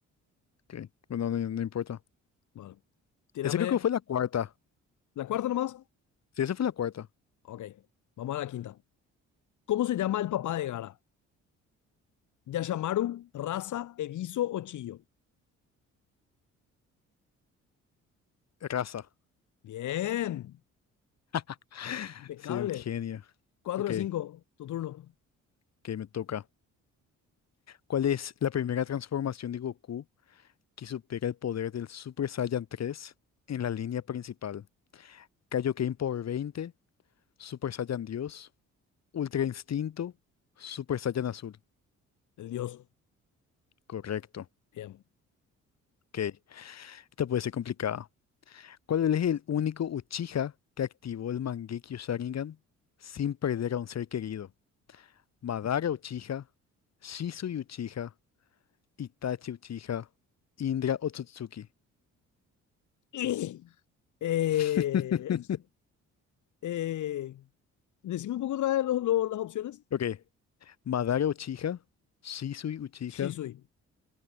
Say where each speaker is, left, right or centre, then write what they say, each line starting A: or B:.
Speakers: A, on the left (about 60°); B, on the left (about 75°).
A: ok. Bueno, no, no importa.
B: Bueno, tírame
A: Ese creo que fue la cuarta.
B: la cuarta nomás.
A: Sí, esa fue la cuarta.
B: Ok, vamos a la quinta. ¿Cómo se llama el papá de Gara? ¿Yashamaru, Raza, Eviso o Chillo?
A: Raza.
B: Bien,
A: <laughs>
B: impecable.
A: Soy un genio.
B: Cuatro
A: Ok,
B: de cinco. tu turno.
A: que me toca. ¿Cuál es la primera transformación de Goku que supera el poder del Super Saiyan 3 en la línea principal? Kaioken por 20, Super Saiyan Dios, Ultra Instinto, Super Saiyan Azul.
B: El dios.
A: Correcto.
B: Bien.
A: Ok, esta puede ser complicada. ¿Cuál es el único Uchiha que activó el Mangekyo Sharingan sin perder a un ser querido? Madara Uchiha, Shisui Uchiha, Itachi Uchiha, Indra Otsutsuki.
B: <laughs> Eh,
A: <laughs>
B: Eh, decime un poco otra vez los- los- las opciones.
A: Ok, Madara Uchiha, Shisui Uchiha,
B: Shisui.